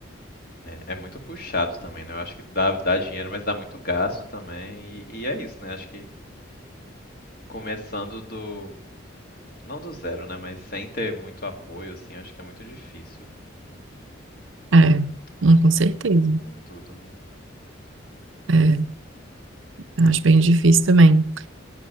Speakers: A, on the left; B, on the right.
A: É, é muito puxado também, né? Eu acho que dá, dá dinheiro, mas dá muito gasto também. E, e é isso, né? Acho que começando do, Não do zero, né? Mas sem ter muito apoio, assim, acho que é muito difícil. Hum,
B: É,
A: É,
B: não, com certeza.
A: como tudo, né?
B: É, eu acho bem difícil também.